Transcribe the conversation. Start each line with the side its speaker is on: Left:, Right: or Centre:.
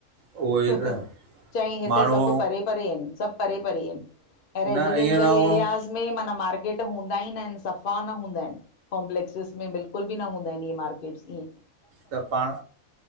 Right: उहो ई
Left: चयंईं
Right: त
Left: हिते
Right: माण्हू
Left: सभु परे- परे हिनि सभु परे- परे इनि। ऐं रेसीडेंशियल
Right: न ईअं न
Left: एरियाज़
Right: हुअऊं
Left: में माना मार्केट हूंदा ई ना हिनि सफ़ा न हूंदा इनि। कॉम्पलेक्सिस में बिल्कुलु बि न हूंदा हिनि इह्ये मार्केट्स ईंयें।
Right: त पाण।